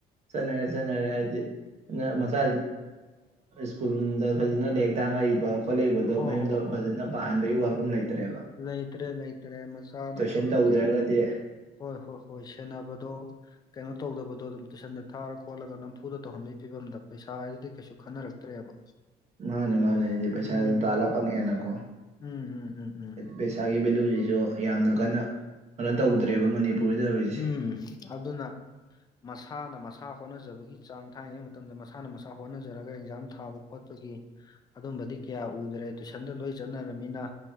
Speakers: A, on the right; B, on the left.
A: ꯆꯅꯥ ꯍꯥꯏ ꯆꯅꯥꯔꯦ ꯍꯥꯏꯗꯤ
B: ꯎꯝ
A: ꯃꯁꯥ ꯁ꯭ꯀꯨꯜꯗ ꯐꯖꯅ ꯂꯥꯏꯔꯤꯛ ꯇꯥꯡꯉꯛꯏꯕ ꯈꯣꯠꯂꯛꯏꯕꯗꯣ
B: ꯍꯣꯏ
A: ꯃꯌꯨꯝꯗ
B: ꯍꯣꯏ ꯍꯣꯏ
A: ꯐꯖꯅ
B: ꯍꯣꯏ
A: ꯄꯥ ꯍꯥꯟꯕꯒꯤ ꯋꯥꯐꯝ ꯂꯩꯇ꯭ꯔꯦꯕ
B: ꯂꯩꯇ꯭ꯔꯦ ꯂꯩꯇ꯭ꯔꯦ ꯃꯁꯥꯅ
A: ꯇꯨꯏꯁꯟ
B: ꯇꯧꯔꯤꯕꯗꯨ
A: ꯇꯧꯗ꯭ꯔꯒꯗꯤ
B: ꯍꯣꯏ ꯍꯣꯏ ꯍꯣꯏ ꯁꯦꯟꯅꯕꯗꯣ ꯀꯩꯅꯣ ꯇꯧꯗꯕꯗꯣ ꯑꯗꯨꯝ ꯇꯨꯏꯁꯟꯗ ꯊꯥꯔ ꯈꯣꯠꯂꯒ ꯅꯝꯐꯨꯗ ꯇꯧꯍꯟꯕꯒꯤ ꯐꯤꯕꯝꯗ ꯄꯩꯁꯥ ꯍꯥꯏꯗꯨꯗꯤ ꯀꯩꯁꯨ ꯈꯟꯅꯔꯛꯇ꯭ꯔꯦꯕ <unintelligible>
A: ꯃꯥꯅꯦ ꯃꯥꯅꯦ ꯄꯩꯁꯥ
B: ꯎꯝ
A: ꯇꯥꯂ ꯄꯉ ꯌꯥ ꯅꯀꯣ
B: ꯎꯝ ꯎꯝ ꯎꯝ ꯎꯝ
A: ꯄꯩꯁꯥꯒꯤ ꯚꯦꯂꯨꯁꯤꯁꯨ ꯌꯥꯝꯅ ꯀꯟꯅ ꯀꯟꯅꯣ ꯇꯧꯗ꯭ꯔꯦꯕ ꯃꯅꯤꯄꯨꯔꯒꯤꯗꯧꯔꯤꯁꯦ
B: ꯎꯝ ꯑꯗꯨꯅ ꯃꯁꯥꯅ ꯃꯁꯥ ꯍꯣꯠꯅꯖꯕꯒꯤ ꯆꯥꯡ ꯊꯥꯏꯉꯩ ꯃꯇꯝꯗ ꯃꯁꯥꯅ ꯃꯁꯥ ꯍꯣꯠꯅꯖꯔꯒ ꯑꯦꯛꯖꯥꯝ ꯊꯥꯕ ꯈꯣꯠꯄꯒꯤ ꯑꯗꯨꯝꯕꯗꯤ ꯀꯌꯥ ꯎꯗ꯭ꯔꯦ ꯇꯨꯏꯁꯟꯗ ꯂꯣꯏ ꯆꯠꯅꯔꯅꯤꯅ